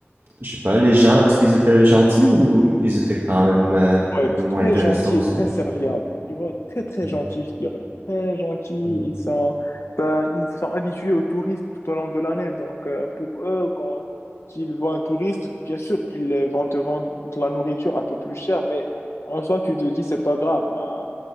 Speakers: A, on the right; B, on the left.
A: je sais pas, les gens, est-ce qu'ils étaient gentils ou ils étaient quand même euh,
B: Ouais,
A: un
B: être
A: peu moins
B: très
A: intéressants
B: gentil
A: aussi?
B: et très serviable. Tu vois, très très
A: Mm.
B: gentil, je dirais. Très gentil.
A: Mm.
B: Ils sont, ben, ils sont habitués aux touristes tout au long de l'année. Donc, euh, pour eux, quand ils voient un touriste, bien sûr, ils euh, vont te vendre de la nourriture un peu plus chère, mais en soi, tu te dis, c'est pas grave. Ben,